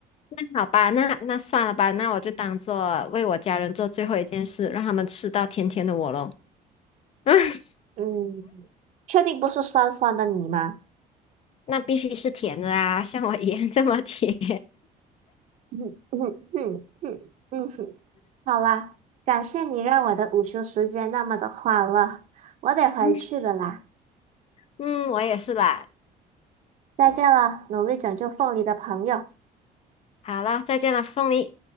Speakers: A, on the left; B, on the right.
A: 那好吧，那那算了吧，那我就当做为我家人做最后一件事，让他们吃到甜甜的我喽。<laughs>
B: 嗯，确定不是酸酸的你吗？
A: 那必须是甜的啊，像我一样这么甜。
B: <laughs> 嗯嗯嗯嗯嗯，哼好啦，感谢你让我的午休时间那么的欢乐，我得回去了啦，
A: <laughs> 嗯，我也是啦。
B: 再见了，努力拯救凤梨的朋友。
A: 好了，再见了，凤梨。